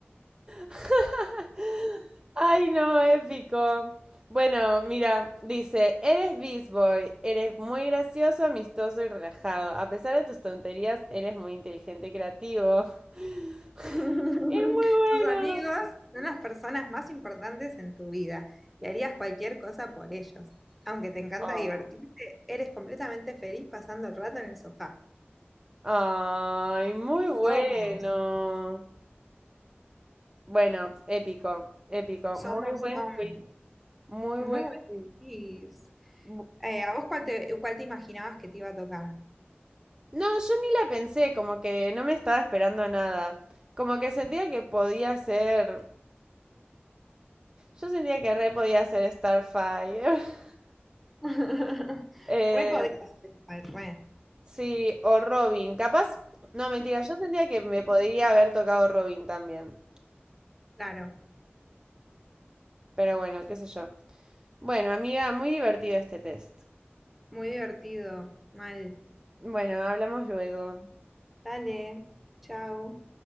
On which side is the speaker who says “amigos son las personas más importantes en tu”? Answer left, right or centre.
Centre